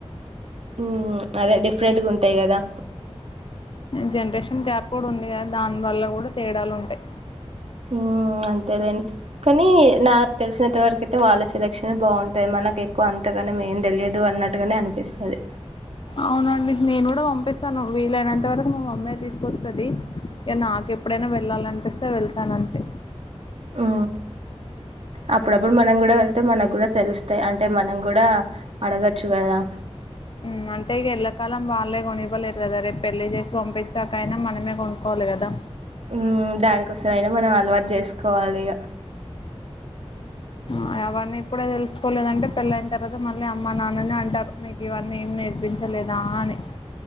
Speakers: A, on the right (about 70°); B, on the left (about 50°).
A: మ్ అదే డిఫరెంట్గా ఉంటాయి కదా
B: జనరషన్ కేపడ్ ఉంది కదా దాన్ దాని వల్ల కూడా తేడాలు ఉంటాయి
A: మ్ అంతేలేండి కానీ నాకు తెలిసినంత వరకు అయితే వాళ్ళ సెలక్షన్ ఏ బాగుంటాయి మనకు ఎక్కువ అంతగానే మేం తెలియదు అన్నట్టుగానే అనిపిస్తది
B: అవునండి నేను కూడా పంపిస్త తనుకు వీలైనంత వరకు మా మమ్మీ ఏ తీసుకొస్తది ఏ నాకేప్పుడేనా వె వెళ్ళాలనిపిస్తే వెళ్తాను అంతే
A: ఉ అప్పుడప్పుడు మనం కూడా వెళ్తే మనకు కూడా తెలుస్తాయి అంటే మనం కూడా అడగచ్చు కదా
B: మ్ అంటే ఇగ ఎళ్లకాలం వాళ్ళే కొనివ్వలేరు కదా రేపు పెళ్లి చేసి పంపించాకయినా మనమే కొనుక్కోవాలి కదా
A: మ్ దానికోసంమయినా మనం అలవాటు చేసుకోం కోవాలిగా
B: ఆ అవన్నీ ఇప్పుడే తెలుసుకోలేదంటే పెళ్ళయిన తర్వాత మళ్ళీ అమ్మ నాన్నని అంటారు మీకు ఇవన్నీ ఏం నేర్పించలేదా అని